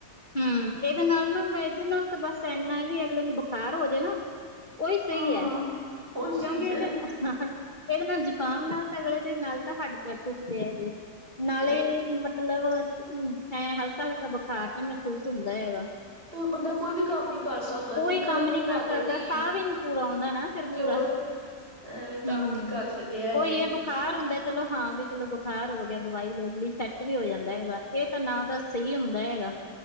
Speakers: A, on the left; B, on the right.
A: ਹੂੰ ਇਹਦੇ ਨਾਲ ਨਾ ਦੇ ਨਾਲ, ਤਾਂ ਬਸ ਇੰਨਾ ਵੀ ਅਗਲੇ ਨੂੰ ਬੁਖਾਰ ਹੋ ਜਾ ਨਾ ਉਹੀ ਸਹੀ
B: ਹਾਂ
A: ਹੈ,
B: ਉਹੀ ਸਹੀ
A: ਕਿਉਂਕਿ ਇਹਦੇ
B: ਹੈ
A: ਇਹਦੇ ਨਾਲ ਜ਼ੁਕਾਮ ਨਾਲ ਤਾਂ, ਅਗਲੇ ਦੇ ਨਾਲ ਤਾਂ ਹੱਡ -ਪੈਰ ਟੁੱਟਦੇ ਹੈਗੇ ਨਾਲੇ
B: ਤੇ
A: ਮਤਲਬ ਐ, ਹਲਕਾ- ਹਲਕਾ ਜਿਹਾ ਬੁਖਾਰ ਮਹਿਸੂਸ ਹੁੰਦਾ ਹੈਗਾ
B: ਤੇ ਬੰਦਾ ਕੋਈ ਵੀ ਕੰਮ ਨੀ ਕਰ ਸਕਦਾ
A: ਕੋਈ
B: ਨਿਗਾਹ
A: ਕੰਮ
B: ਵੀ
A: ਨੀ
B: ਲੱਗਦੀ
A: ਕਰ ਸਕਦਾ, ਸਾਹ ਵੀ ਨਈ ਪੂਰਾ ਆਉਂਦਾ ਨਾ ਫਿਰ ਪੂਰਾ,
B: ਤੇ ਹੋਰ ਐਵੇਂ ਤੰਗ
A: ਹਮ
B: ਹੀ ਕਰ ਛੱਡਿਆ ਇਹਨੇ
A: ਉਹੀ ਏ ਬੁਖਾਰ ਹੁੰਦਾ, ਚਲੋ ਹਾਂ ਵੀ ਚਲੋ ਬੁਖਾਰ ਹੋ ਗਿਆ ਦਵਾਈ ਲੈ ਲਈ, ਸੈੱਟ ਵੀ ਹੋ ਜਾਂਦਾ ਹੈਗਾ ਇਹ ਤਾਂ ਨਾ ਦਾਂ, ਸਹੀ ਹੁੰਦਾ ਹੈਗਾ